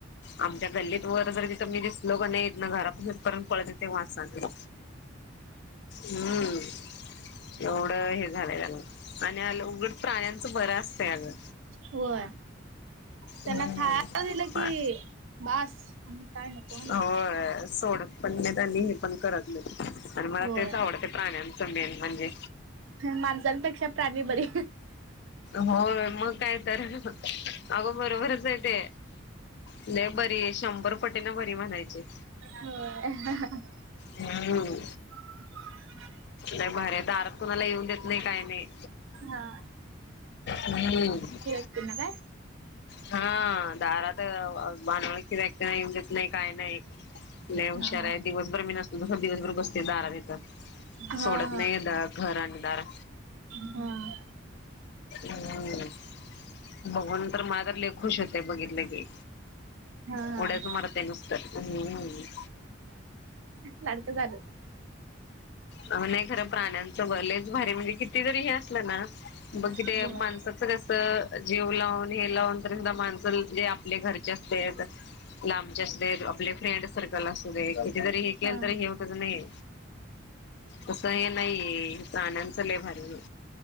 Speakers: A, on the left; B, on the right.
A: आमच्या गल्लीत वर जर तिथं मी दिसलो का नाहीे इथन घरापासून परत पळत येतय वासानं. हम्म. एवढं हे झालंय त्याला आणि उलट प्राण्यांचं भरं असतंय अगं
B: होय त्यांना
A: हम्म
B: खायारा दिलं की बास. काय नको
A: होय सोडत पण नाहीत आणि हे पण करत नाहीत आणि मला
B: होय
A: तेच आवडते प्राण्यां च मेन म्हणजे.
B: ह माणसांपेक्षा प्राणी बरी.
A: हो मग काय तर अगं बरोबरच आहे ते. लयी बरीये शंभर पटीन बरी म्हणायची.
B: होय
A: हम्म.
B: ह <unintelligible>
A: लय भारी ये दारात कोुणाला येऊन देत नाही काही नाही.
B: हा.
A: हम्म <unintelligible>
B: त्यांन काय?
A: हा दारात बां अ अनोळखी व्यक्ती ना येऊ दत नाही काही नाही. लय हुशार
B: हा
A: आहे दिवसभर मी नसलो तर दिवसभर बसते दारात ईथ.
B: हा हा
A: सोडत नाही घर आण दार.
B: हा.
A: हम्म बगुन तर माझ तर लयी खुश होतेय बघितलं की
B: हा हा
A: उढ्या च मारतय नुसत हम्
B: लाडक झालं
A: नाही खरं प्राण्यांचं ब लयीच भारी म्हणजे किती तरी हे असलं ना बग कि
B: होय.
A: माणसं कस जीव लावून हे लावून माणस म्हणजे आपले घरचे असुदेत लांबचे असुदेत आपले फ्रेंड सर्कल असू देत हे केल
B: हा.
A: तरी हे तच नाही तस हे नाही हे प्राण्यांचं लई भारी हे